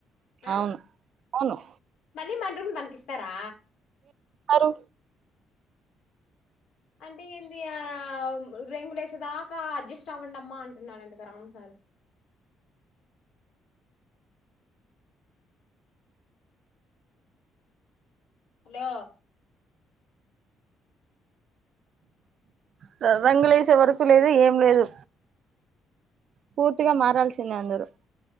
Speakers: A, on the left; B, on the right.
A: ఆ
B: అవును అవును
A: మళ్ళీ మన రూములు మనకిస్తారా
B: అరే
A: అంటే ఏంది ఆవ్ రింగులే వేసేదాకా అడ్జస్ట్ అవ్వండమ్మా అంటున్నాడుంటగా రామ సార్
B: <inaudible>
A: హలో
B: స బంగళ <inaudible> ఇంత వరకు లేదు ఏం లేదు పూర్తిగా మారాల్సిందే అందరూ